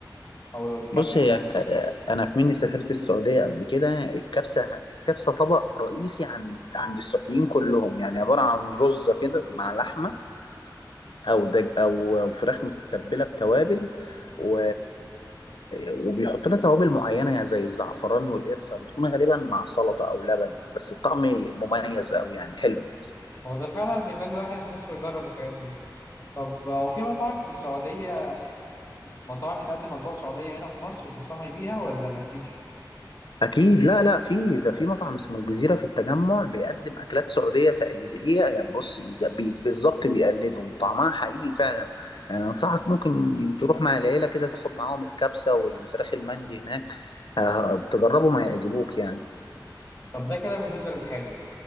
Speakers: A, on the left (about 25°); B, on the left (about 85°).
A: او الكبسه
B: بص هي آه، أنا كمني سافرت السعودية قبل كده الكبسة الكبسة طبق رئيسي عند عند السعوديين كلهم يعني عبارة عن رز كده مع لحمة او دج او فراخ متبله بتوابل و... وبيحط لها توابل معينه يعني زي الزعفران والقرفه بتكون غالبا مع سلطه او لبن بس الطعم مميز قوي يعني حلو
A: هو ده فعلا بيخلي الواحد نفسه يجرب الحاجات دي طب آه، هو في مطاعم في السعوديه مطاعم بتقدم اطباق سعوديه هنا في مصر تنصحني بيها ولا مفيش
B: اكيد لا لا في ده في مطعم اسمه الجزيره في التجمع بيقدم اكلات سعوديه تقليديه يعني بص بي... بالظبط بيقلدهم طعمها حقيقي فعلا يعني انصحك ممكن تروح مع العيله كده تاخد معاهم الكبسه والفراخ المندي هناك آه، تجربهم هيعجبوك يعني
A: طب ده كده بالنسبه للحادق